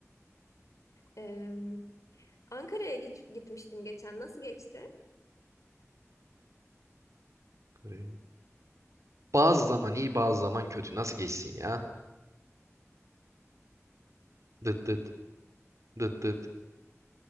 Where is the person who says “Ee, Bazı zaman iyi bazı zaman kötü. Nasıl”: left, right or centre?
Right